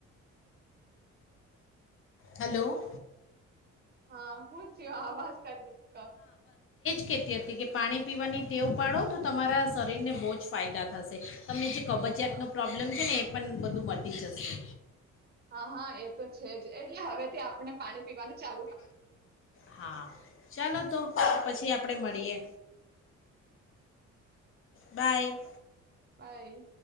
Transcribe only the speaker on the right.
હા હું આવાજ કર દુ કા.
હા
હા હા એ તો છે જ. એટલે હવે તે આપણે પાણી પીવાનું ચાલુ
બાય